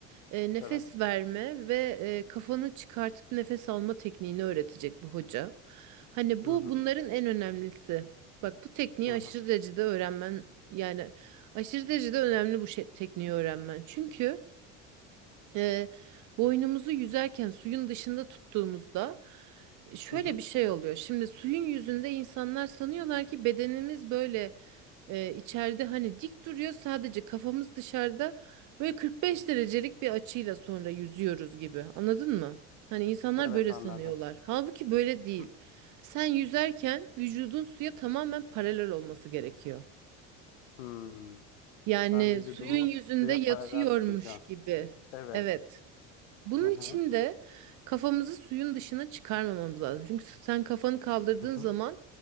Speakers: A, on the right; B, on the left.
A: e, nefes
B: Evet.
A: verme ve e, kafanı çıkartıp nefes alma tekniğini öğretecek bu hoca. Hani
B: Hı
A: bu
B: hı.
A: bunların en önemlisi. Bak bu tekniği
B: Hı hı.
A: aşırı derecede öğrenmen yani aşırı derecede önemli bu şey, tekniği öğrenmen. Çünkü e, boynumuzu yüzerken suyun dışında tuttuğumuzda şöyle
B: Hı hı.
A: bir şey oluyor. Şimdi suyun yüzünde insanlar sanıyorlar ki bedenimiz böyle e, içeride hani dik duruyor sadece kafamız dışarıda böyle 45 derecelik bir açıyla sonra yüzüyoruz gibi. Anladın mı? Hani insanlar
B: Evet
A: böyle
B: anladım.
A: sanıyorlar. Halbuki böyle değil.
B: Hı hı.
A: Sen yüzerken vücudun suya tamamen paralel olması gerekiyor.
B: Hmm.
A: Yani
B: Ben vücudumu
A: suyun yüzünde
B: suya
A: yatıyormuş
B: paralel tutacağım.
A: gibi.
B: Evet.
A: Evet. Bunun
B: Hı hı.
A: için de kafamızı suyun dışına çıkarmamamız lazım. Çünkü sen kafanı kaldırdığın
B: Hı hı.
A: zaman